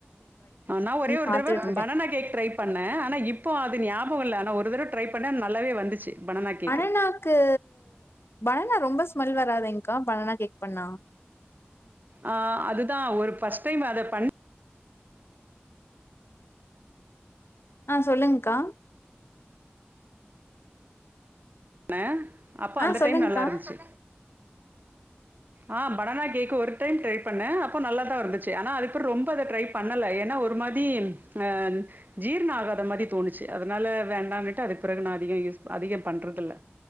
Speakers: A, on the right (about 50°); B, on the left (about 80°).
A: நா ஒரே ஒரு
B: பாத்துட்ருக்கே
A: தடவ பனானா கேக் ட்ரை பண்ணே ஆனா இப்போ அது ஞாப ரொம்ப வல்ல ஆனா ஒரு தடவ ட்ரை பண்ணே நல்லாவே வந்துச்சு பனானா கேக்கு
B: பனானாக்கு பனானா ரொம்ப ஸ்மெல் வராதேன்க்கா பனானா கேக் பண்ணா
A: ஆ அதுதா ஒரு ஃபஸ்ட் டைம் அத பண்
B: ஆ சொல்லுங்க்கா
A: ண அப்ப
B: ஆ
A: அந்த
B: சொல்லுங்க்கா
A: டைம் நல்லாருந்ச்சு ஆ பனானா கேக் ஒரு டைம் ட்ரை பண்ண அப்போ நல்லாதா வந்துச்சு ஆனா அதுக்கப்ற ரொம்ப அத ட்ரை பண்ணல ஏனா ஒரு மாதி ஆ ஜீர்ண ஆகாத மாரி தோணுச்சு அதனால வேண்டானுட்டு அதுக்கு பிறகு அதிக யூஸ் அதிக பண்றதில்ல